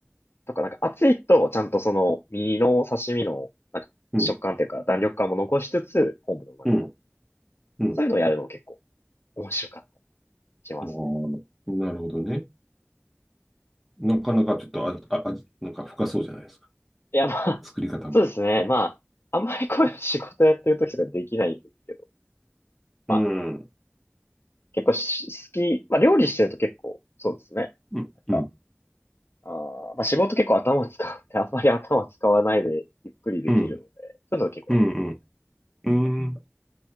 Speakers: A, on the left (about 70°); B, in the centre.
A: とか、なんか熱いと、ちゃんとその、身の刺身の、なんか、
B: うん、
A: 食感というか、弾力感も残しつつ、昆布の旨味も。
B: うん、うん。
A: そういうのをやるの結構面白かったりしますね。
B: ああ、なるほどね。なかなかちょっと味、あ味、なんか深そうじゃないですか。
A: いや、まあ、
B: 作り方も。
A: そうですね。まあ、あんまりこういう仕事やってる時とかできないんですけど、まあ、
B: うん。
A: 結構し好き、まあ、料理してると結構、そうですね。
B: うん、
A: なんか、
B: うん、
A: あーまあ、仕事結構頭を使うって、あんまり頭使わないでゆっくりできるので、
B: うん、
A: そういうの結構やってます。
B: うん、うん。うん